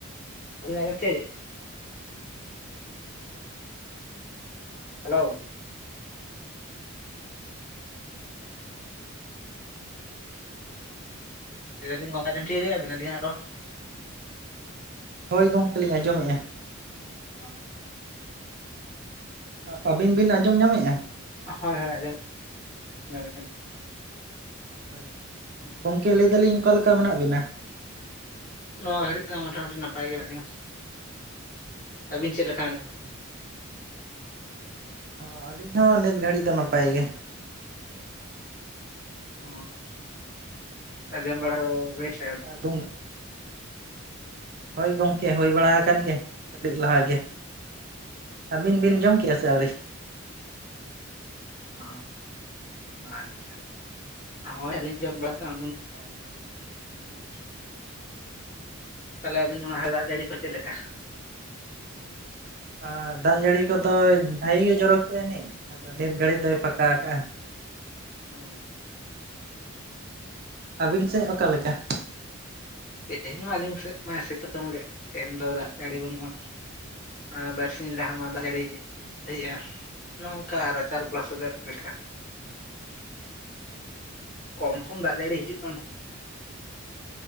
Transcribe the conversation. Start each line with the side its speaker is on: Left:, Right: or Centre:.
Left: <unintelligible> ᱦᱮᱞᱳᱣ᱾ ᱞᱟᱹᱭ ᱫᱟᱞᱤᱧ ᱜᱚᱝᱠᱮ‌ ᱟᱧᱡᱚᱢ‌ ᱴᱷᱤᱠᱟᱹ ᱠᱮᱭᱟ ᱵᱤᱱ ᱟᱹᱞᱤᱧᱟᱜ ᱨᱚᱲ?
Right: ᱦᱳᱭ ᱜᱚᱝᱠᱮ ᱞᱤᱧ ᱟᱸᱡᱚᱢᱮᱜ-ᱟ᱾
Left: <unintelligible>
Right: ᱚ ᱟᱹᱵᱤᱱ ᱵᱤᱱ ᱟᱸᱡᱚᱢ ᱧᱟᱢᱮᱜ-ᱟ?
Left: ᱦᱚᱭ ᱦᱚᱭ ᱟᱧᱡᱚᱢ‌ ᱧᱟᱢᱮᱜ-ᱟ ᱞᱤᱧ ᱾
Right: ᱦᱚᱭ
Left: ᱟᱹᱞᱤᱧ
Right: ᱜᱚᱝᱠᱮ ᱞᱟᱹᱭ ᱫᱟᱞᱤᱧ ᱚᱠᱟ ᱞᱮᱠᱟ ᱢᱮᱱᱟᱜ ᱵᱤᱱᱟ?
Left: ᱱᱚᱣᱟ ᱜᱷᱟᱹᱲᱤᱡ ᱫᱚ ᱢᱚᱴᱟᱼᱢᱩᱴᱤ ᱱᱟᱯᱟᱭ ᱜᱮ ᱢᱮᱱᱟᱜ ᱞᱤᱧᱟ ᱟᱹᱵᱤᱱ ᱪᱮᱜ ᱞᱮᱠ?
Right: ᱟᱪᱪᱷᱟ ᱟᱪᱪᱷᱟ᱾ ᱚ ᱟᱞᱤᱧ ᱦᱚᱸ ᱱᱤᱛ ᱜᱷᱟᱹᱲᱤᱡ ᱫᱚ ᱱᱟᱯᱟᱭ ᱜᱮ᱾
Left: ᱚᱻᱸ ᱟᱡᱚᱢ ᱵᱟᱲᱟ‌ ᱠᱚ ᱦᱩᱭᱮᱱ ᱥᱮ ᱟᱹᱣᱨᱤ?
Right: ᱟᱨ ᱫᱩᱢᱩᱜᱼᱼ ᱦᱳᱭ ᱜᱚᱝᱠᱮ ᱦᱳᱭ ᱵᱟᱲᱟ ᱟᱠᱟᱱ ᱜᱮ ᱠᱟᱹᱴᱤᱡ ᱞᱟᱦᱟ ᱜᱮ᱾ ᱟᱵᱤᱱ ᱵᱤᱱ ᱡᱚᱢ ᱠᱮᱜ-ᱟ ᱥᱮ ᱟᱹᱣᱨᱤ?
Left: ᱚ ᱦᱚᱭ ᱟᱪᱪᱷᱟ ᱦᱚᱭ ᱟᱹᱞᱤᱧ‌ ᱡᱚᱢ ᱵᱟᱲᱟ
Right: ᱦᱳᱭ
Left: <unintelligible> ᱛᱟᱦᱚᱞᱮ ᱟᱹᱵᱤᱱ ᱚᱱᱟ ᱦᱚᱭ ᱫᱟᱜ ᱡᱟᱹᱲᱤ ᱠᱚ ᱪᱮᱫ ᱞᱮᱠᱟ?
Right: ᱟᱨ ᱫᱟᱜ ᱡᱟᱹᱲᱤ ᱠᱚᱫᱚᱭ ᱵᱷᱟᱜᱤ ᱜᱮ ᱡᱚᱨᱚ ᱠᱮᱜ-ᱟᱭ ᱟᱹᱱᱤᱡ ᱟᱫᱚ ᱱᱤᱛ ᱜᱷᱟᱹᱲᱤᱡ ᱫᱚᱭ ᱯᱷᱟᱠᱟ ᱠᱟᱜ-ᱟ᱾
Left: ᱚ
Right: ᱟᱵᱤᱱ ᱥᱮᱜ ᱚᱠᱟ ᱞᱮᱠᱟ?
Left: ᱛᱮᱦᱮᱧ ᱢᱟ ᱟᱹᱞᱤᱧ ᱥᱮᱫ ᱢᱟᱭ ᱥᱤᱛᱩᱝ ᱞᱮᱫ‌ ᱛᱮᱦᱮᱧ ᱫᱚ ᱫᱟᱜ ᱡᱟᱹᱲᱤ ᱵᱟᱹᱱᱩᱜ-ᱟ᱾ ᱟᱸᱻ ᱵᱟᱨᱥᱤᱧ ᱞᱟᱦᱟ ᱢᱟ ᱫᱟᱜ ᱡᱟᱹᱲᱤ ᱛᱟᱹᱦᱤᱡᱮ ᱱᱚᱝᱠᱟ ᱨᱟᱪᱟ ᱞᱚᱥᱚᱫᱚᱜ ᱞᱮᱠᱟ᱾ ᱠᱚᱢ ᱠᱚᱢ ᱫᱟᱜ ᱡᱟᱲᱤ ᱦᱤᱡᱩᱜ <unintelligible>